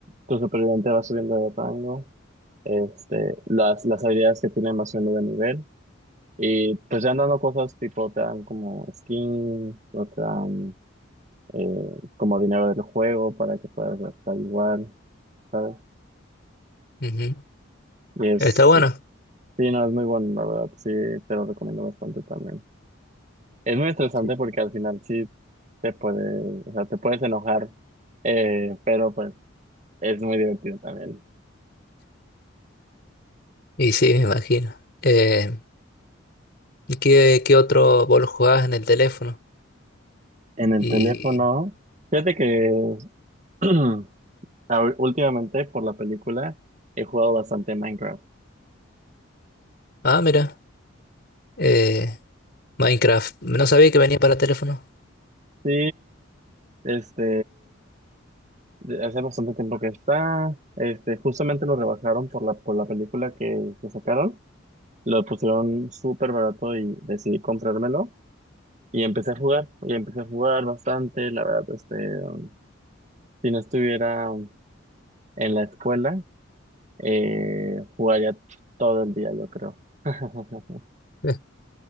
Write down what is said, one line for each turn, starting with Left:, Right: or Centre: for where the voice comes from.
Right: tu superviviente va subiendo de rango. este, las, las habilidades que tienen más subiendo de nivel. Y pues ya andando cosas tipo, te dan como skin, o te dan eh, como dinero del juego para que puedas gastar igual, ¿sabes?
Left: Ujú.
Right: Y es,
Left: Está bueno.
Right: sí, no, es muy bueno, la verdad, sí, te lo recomiendo bastante también. Es muy estresante
Left: Sí.
Right: porque al final sí te puedes, o sea, te puedes enojar, eh, pero pues es muy divertido también.
Left: Y sí, me imagino. Eh, ¿y qué, qué otro vos lo jugabas en el teléfono?
Right: En el
Left: Y.
Right: teléfono, fíjate que <clears throat> Ah, Últimamente, por la película, he jugado bastante Minecraft.
Left: Ah, mira. eh, Minecraft. No sabía que venía para teléfono.
Right: Sí, este, de- hace bastante tiempo que está. Este, justamente lo rebajaron por la, por la película que, que sacaron. Lo pusieron súper barato y decidí comprármelo. Y empecé a jugar, y empecé a jugar bastante. La verdad, este, um, si no estuviera en la escuela, eh, jugaría todo el día, yo creo. <laughs>
Left: Eh,